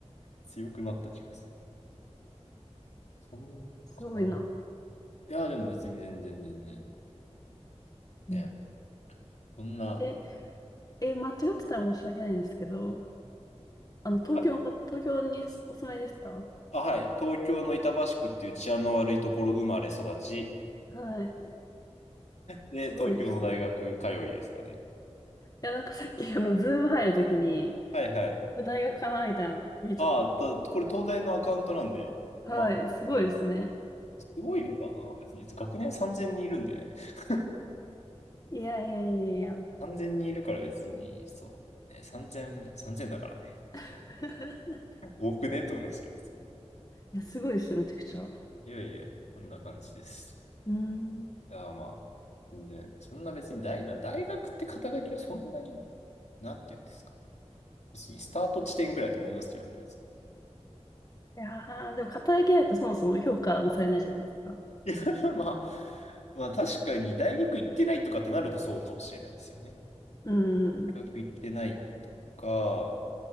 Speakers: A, on the left; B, on the left.
A: 強くなった気がする。そうかな。
B: すごいな。
A: いや、でも別に全然全然。ね、
B: うん。
A: そんな。
B: え、え、間違ってたら申し訳ないんですけど、あの、東京の、
A: はい
B: 東京にお住まいですか
A: あ、はい。東京の板橋区っていう治安の悪いところ生まれ育ち。
B: はい。
A: で、
B: すごいですね。
A: 東京の大学通いですかね。
B: いや、なんかさっき、あの、ズーム入るときに、
A: はいはい。
B: これ大学かなみたいなの見えちゃった。
A: ああ、たこれ東大のアカウントなんで、
B: はい、
A: まあ、
B: すごいですね。
A: あれ、すごいのかな。別に学年3000人いるんでね。<laughs>
B: いやいやいやいや。
A: 3000人いるから別に、そう。ね、3000、3000だからね。
B: <laughs>
A: 多くねと思いましたよ、別
B: いや、すごいですよ、めちゃくちゃ。
A: に。いやいやいや、そんな感じです。
B: うん。
A: いや、まあ、全然、そんな別に大、大学って肩書きはそんなに、なんて言うんですか。別にスタート地点ぐらいだと思いますけどね、別に。
B: いやー、でも、肩書きないとそもそも評価もされないじゃないですか。
A: <laughs> まあ、まあ確かに大学行ってないとかってなるとそうかもしれないですよね。
B: うーん。
A: 大学行ってないとか、